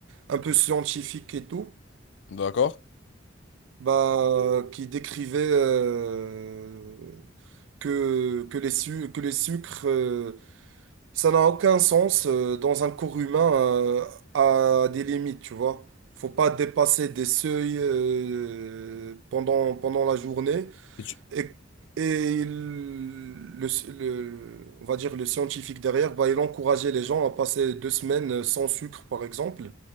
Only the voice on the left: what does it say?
D'accord?
Et tu-